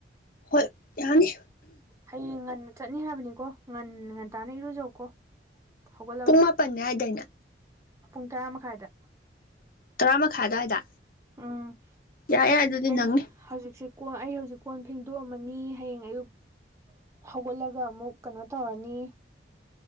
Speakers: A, on the left; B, on the right.
A: ꯍꯣꯏ ꯌꯥꯅꯤ
B: ꯍꯌꯦꯡ ꯉꯟꯅ ꯆꯠꯅꯤ ꯍꯥꯏꯕꯅꯤꯀꯣ ꯉꯟꯅ ꯉꯟꯇꯥꯥꯅ ꯏꯔꯨꯖꯧꯀꯣ ꯍꯧꯒꯠꯂꯛ
A: ꯄ ꯍꯥꯏꯗꯅ
B: ꯄꯨꯡ ꯇꯔꯥ ꯃꯈꯥꯏꯗ
A: ꯇꯔꯥ ꯃꯈꯥꯏ ꯑꯗꯨꯋꯥꯏꯗ
B: ꯎꯝ
A: ꯌꯥꯏ ꯌꯥꯏ ꯑꯗꯨꯗꯤ
B: ꯑꯩ
A: ꯅꯪꯅꯤ
B: ꯍꯧꯖꯤꯛꯁꯦ ꯀꯣꯟ ꯑꯩ ꯍꯧꯖꯤꯛ ꯀꯣꯟ ꯐꯦꯡꯗꯣꯛꯑꯝꯃꯅꯤ ꯍꯌꯦꯡ ꯑꯌꯨꯛ ꯍꯧꯒꯠꯂꯒ ꯑꯃꯨꯛ ꯀꯩꯅꯣ ꯇꯧꯔꯅꯤ